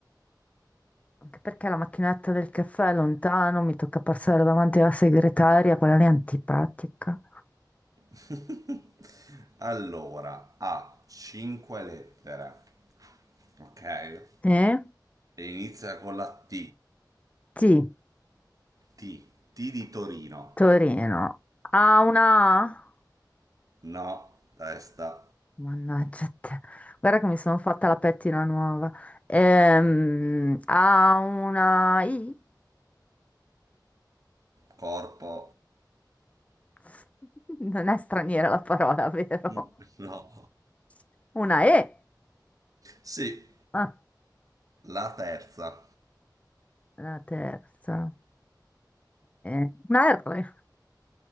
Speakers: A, on the left; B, on the right.
A: Anche perché la macchinetta del caffè è lontano, mi tocca passare davanti alla segretaria, quella lì è antipatica.
B: <laughs> Allora, ha 5 lettere. Ok.
A: Eh?
B: E inizia con la T.
A: Sì,
B: T. T di Torino.
A: Torino. Ah, una A?
B: No. Testa.
A: Mannaggia te. Guarda che mi sono fatta la pettina nuova. Ehm, ha una I?
B: Corpo.
A: <laughs> Non è straniera la parola, vero?
B: <laughs> No.
A: <laughs> Una E?
B: Sì,
A: Ah,
B: La terza.
A: la terza. Eh, una R?